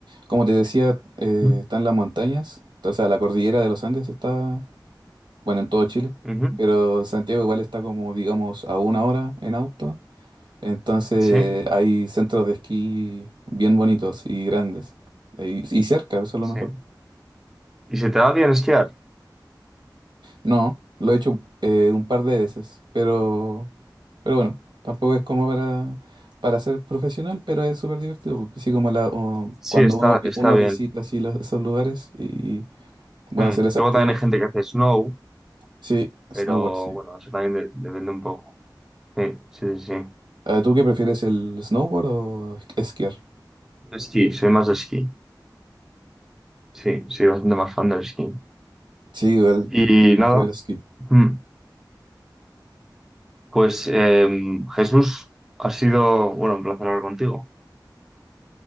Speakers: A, on the right (about 90°); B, in the centre.
A: Como te decía, eh,
B: Ujú.
A: están las montañas, o sea, la cordillera de los Andes está bueno, en todo Chile,
B: Ujú.
A: pero Santiago igual está como, digamos, a una hora en auto, entonces
B: Sí.
A: hay centros de esquí bien bonitos y grandes, eh, y, y cerca, eso es
B: Sí.
A: lo mejor.
B: ¿Y se te da bien esquiar?
A: No, lo he hecho eh, un par de veces, pero, pero bueno, tampoco es como para, para ser profesional, pero es súper divertido, así como la, o
B: Sí,
A: cuando
B: está,
A: uno,
B: está
A: uno
B: bien.
A: visita así los- esos lugares y bueno,
B: Mm.
A: hacer esa
B: Luego
A: actividad
B: también
A: porque...
B: hay gente que hace snow,
A: Sí,
B: pero
A: snowboard, sí.
B: bueno, eso también de- depende un poco. Sí, sí, sí. sí.
A: Ah, ¿Tú qué prefieres, el snowboard o esquiar?
B: Esquí, soy más de esquí. Sí, soy bastante más fan del esquí.
A: Sí, igual.
B: Y nada,
A: Hacer el esquí.
B: mm, pues em, Jesús, ha sido, bueno, un placer hablar contigo.